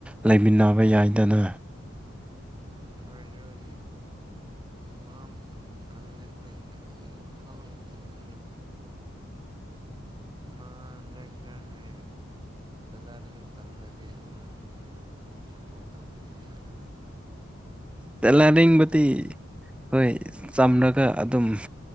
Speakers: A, in the centre; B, on the right.
A: ꯂꯩꯃꯤꯟꯅꯕ ꯌꯥꯏꯅꯤ ꯆꯅ
B: ꯈꯗꯣ ꯃꯥ ꯈꯪꯈ ꯀ ꯋꯥ ꯈꯪ ꯂꯩ ꯃꯥ ꯅꯦꯛꯁ ꯍꯥꯏꯌꯦ ꯇꯦꯂꯔꯤꯡ ꯆꯝꯂꯒꯦ ꯅꯪ ꯑꯗꯨ ꯁꯞꯄꯣꯔꯠ ꯇꯧꯕꯤꯌꯨꯃ ꯍꯥꯏꯅ ꯍꯥꯏ
A: ꯂꯅꯤꯡꯕꯨꯗꯤ ꯍꯣꯏ ꯆꯝꯂꯒ ꯑꯗꯨꯝ